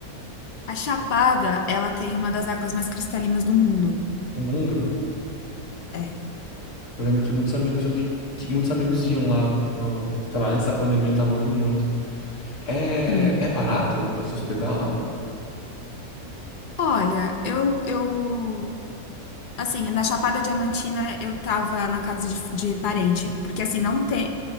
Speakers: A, on the left; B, on the left.
A: A Chapada, ela tem uma das águas mais cristalinas do mundo.
B: O mundo.
A: É,
B: Eu lembro que muitos amigos iam, que muitos amigos iam lá, no- sei lá, antes da pandemia estavam indo muito. É,
A: sim.
B: é barato pra se hospedar lá?
A: Olha, eu, eu, assim, na Chapada Diamantina eu tava na casa de, de parente, porque assim, não tem,